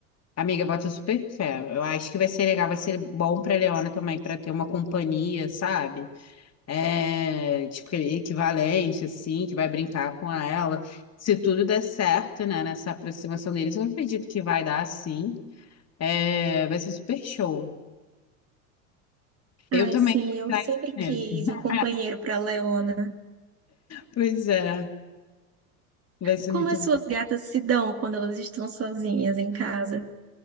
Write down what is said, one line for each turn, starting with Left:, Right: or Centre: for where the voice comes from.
Left: amiga, bota super fé. Eu acho que vai ser legal, vai ser bom para Leona também, para ter uma companhia, sabe? É, tipo, equivalente, assim, que vai brincar com ela. Se tudo der certo, né, nessa aproximação deles, eu acredito que vai dar, sim. É, vai ser super show. Eu
Right: Ai,
Left: também
Right: sim,
Left: vou
Right: eu sempre
Left: atrás mesmo.
Right: quis
Left: <laughs>
Right: um companheiro para Leona.
Left: Pois é, vai ser
Right: Como
Left: muito
Right: as suas gatas se dão quando elas estão sozinhas em casa?